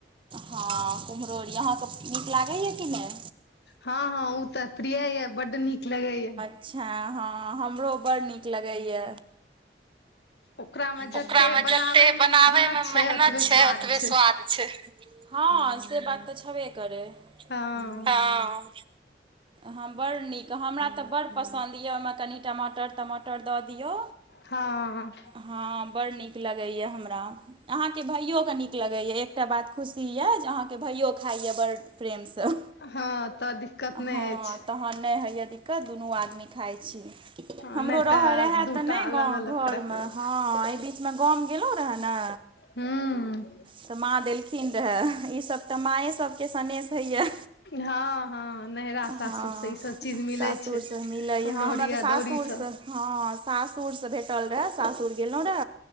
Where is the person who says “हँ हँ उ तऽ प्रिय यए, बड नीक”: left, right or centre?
Left